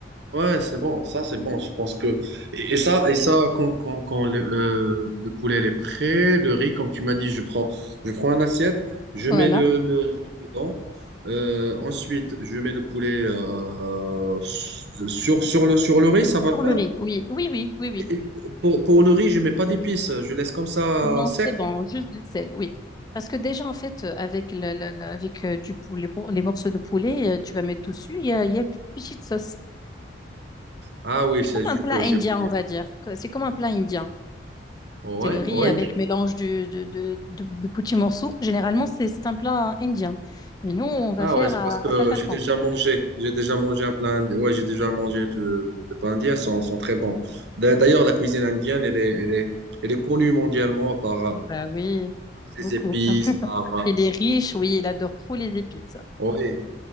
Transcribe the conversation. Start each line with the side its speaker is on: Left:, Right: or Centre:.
Right: Ouais, c'est bon, ça c'est bon, je pense que... Et, et ça, et ça quand, quand, quand le, euh, le poulet il est prêt, le riz, comme tu m'as dit, je prends, je prends une assiette, je
Left: Voilà.
Right: mets le, le riz dedans, Euh, ensuite je mets le poulet euh, sur, sur le, sur le riz, ça va
Left: Sur
Right: le faire?
Left: le riz, oui, oui, oui, oui, oui.
Right: Et pour, pour le riz, je mets pas d'épices, je laisse comme ça
Left: Non,
Right: sec.
Left: c'est bon, juste du sel, oui. Parce que déjà, en fait, euh, avec, la- la- la- avec euh, du poulet, pour- les morceaux de poulet, euh, tu vas mettre dessus, il y a, il y a une petite sauce.
Right: Ah oui,
Left: C'est
Right: c'est
Left: comme
Right: juste,
Left: un plat
Right: euh,
Left: indien,
Right: j'ai oublié.
Left: on va dire. que- C'est comme un plat indien.
Right: Ouais,
Left: C'est le riz
Right: ouais,
Left: avec mélange du- de, de, de, de petits morceaux. Généralement, c'est c'est un plat indien. Mais nous, on va
Right: Ah
Left: faire
Right: ouais, c'est
Left: à,
Right: parce
Left: à
Right: que
Left: ta façon.
Right: j'ai déjà mangé. J'ai déjà mangé un plat indien. Ouais, j'ai déjà mangé de, de plats indiens, sont, sont très bons. D'a- D'ailleurs, la cuisine indienne, elle est, elle est, elle est connue mondialement par euh,
Left: Bah oui,
Right: ses
Left: beaucoup.
Right: épices, par... euh,
Left: Il est riche, oui, il adore trop les épices.
Right: Ouais.